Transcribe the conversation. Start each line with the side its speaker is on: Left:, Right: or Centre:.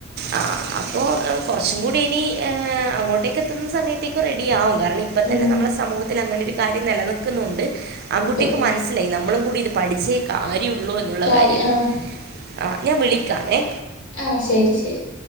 Right: ആ അപ്പോൾ കുറച്ചും കൂടി ഇനി അങ്ങോട്ടേക്ക് എത്തുന്ന സമയത്തേക്കും റെഡിയാകും. കാരണം ഇപ്പ
Left: ഉം
Right: തന്നെ നമ്മുടെ സമൂഹത്തിൽ അങ്ങനെ ഒരു കാര്യം നിലനിൽക്കുന്നുണ്ട്. ആൺകുട്ടികൾക്കു
Left: ഉണ്ട്
Right: മനസ്സിലായി നമ്മളും കൂടി പഠിച്ചേ കാര്യുള്ളൂ എന്നുള്ള
Left: കാര്യ
Right: കാര്യം
Left: ആഹ്
Right: ആ ഞാൻ വിളിക്കാമേ.
Left: ആഹ ശരി ശരി.